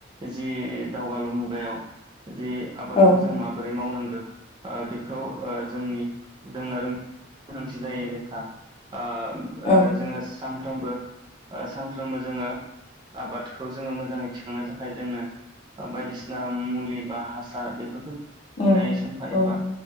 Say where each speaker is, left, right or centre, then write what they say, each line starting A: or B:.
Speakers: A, on the right; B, on the left.
A: जि दावगालु मुगायाव जि आबादखौ
B: औ
A: जों मा बोरै मावनांगौ बेखौ ओ जोंनि जोंना गोनांथि जायो ओ ओ
B: औ
A: जोङो सानफ्रोमबो सानफ्रोमबो जोङो आबादखौ जोङो मोजाङै थिखांनो थाखाय जोंनो बायदिसिना मुलि बा हासार बेफोरखौ
B: औ
A: नायै सानफा
B: औ
A: एफा